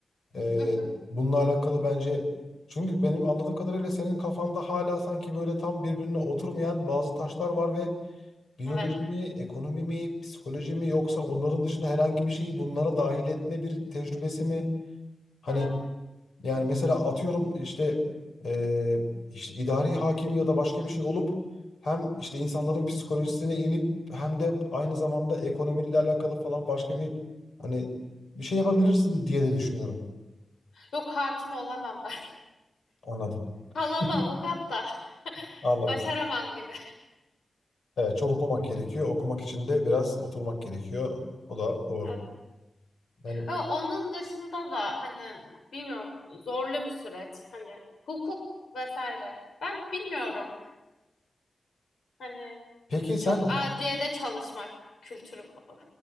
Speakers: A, on the left; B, on the left.
A: Ee,
B: hı hı.
A: bununla alakalı bence çünkü benim anladığım kadarıyla senin kafanda hala sanki böyle tam birbirine oturmayan bazı taşlar var ve biyoloji
B: Evet,
A: mi, ekonomi mi, psikoloji mi yoksa bunların dışında herhangi bir şeyi bunlara dahil etme bir tecrübesi mi? Hani
B: evet.
A: yani mesela atıyorum işte eee, işte idari hakim ya da başka bir şey olup hem işte insanların psikolojisine inip hem de aynı zamanda ekonomiyle alakalı falan başka bir hani bir şey yapabilirsin
B: Hmm.
A: diye de düşünüyorum.
B: Yok hakim olamam ben.
A: Anladım.
B: <laughs> Halam
A: <laughs>
B: avukat da. <laughs>
A: Anladım.
B: Başaramam gibi.
A: Evet çok okumak gerekiyor. Okumak için de biraz oturmak gerekiyor. O da doğru.
B: <laughs>
A: Yani
B: Ama onun dışında da hani bilmiyorum zorlu bir süreç. Hani hukuk vesaire. Ben bilmiyorum. Hani
A: peki sen
B: çok adliyede çalışmak kültürü ko-